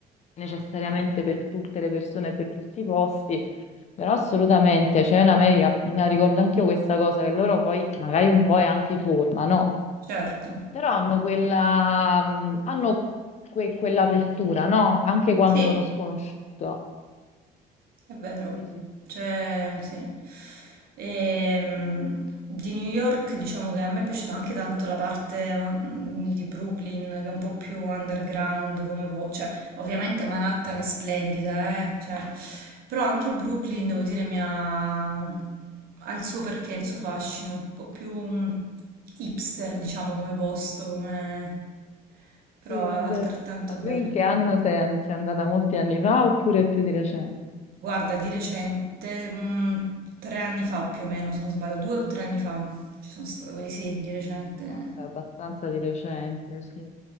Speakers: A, on the left; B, on the right.
A: necessariamente per tutte le persone e per tutti i posti, però assolutamente, cioè in America, me la ricordo anche io questa cosa, che loro poi magari un po' è anche forma, no?
B: certo,
A: Però hanno quella, mh, hanno que- quell'apertura, no? Anche quando
B: sì,
A: è uno sconosciuto.
B: È vero,
A: Sì, sì,
B: cioè sì. Ehm, di New York diciamo che a me è piaciuta anche tanto la parte mm, di Brooklyn che è un po' più underground come po- cioè ovviamente Manhattan è splendida, eh, cioè, però anche Brooklyn devo dire mi ha... ha il suo perché, il suo fascino, un po' più mm, hipster diciamo come posto, come... però
A: sì, è
B: è
A: vero.
B: altrettanto
A: Ma
B: bello.
A: tu in che anno sei, sei andata molti anni fa oppure più di recente?
B: Guarda, di recente, mh, tre anni fa più o meno, se non sbaglio, due o tre anni fa ci sono stata, quindi sì, di recente.
A: Ah, beh, abbastanza di recente, sì.